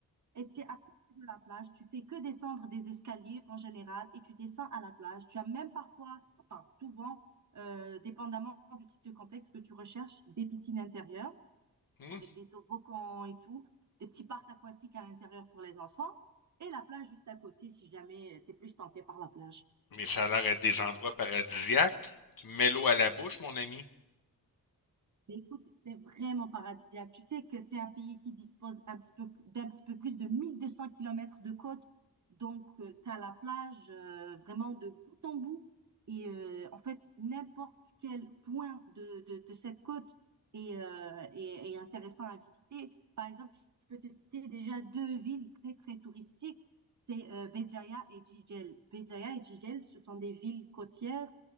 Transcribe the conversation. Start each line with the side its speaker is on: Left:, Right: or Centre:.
Right: et tu es à côté de la plage, tu fais que descendre des escaliers en général et tu descends à la plage. Tu as même parfois, enfin souvent, euh, dépendamment du type de complexe que tu recherches, des piscines intérieures
Left: hmm,
Right: avec des toboggans et tout, des petits parcs aquatiques à l'intérieur pour les enfants et la plage juste à côté si jamais tu es plus tenté par la plage.
Left: Mais ça a l'air d'être des endroits paradisiaques. Tu me mets l'eau à la bouche, mon ami.
Right: Mais écoute, c'est vraiment paradisiaque. Tu sais que c'est un pays qui dispose un petit peu, d'un petit peu plus de 1200 km de côte. Donc, tu as la plage euh, vraiment de bout en bout. Et euh, en fait, n'importe quel point de, de- de cette côte est, euh, est- est intéressant à visiter. Par exemple, je peux te citer déjà deux villes très, très touristiques. C'est euh, Béjaïa et Jijel. Béjaïa et Jijel, ce sont des villes côtières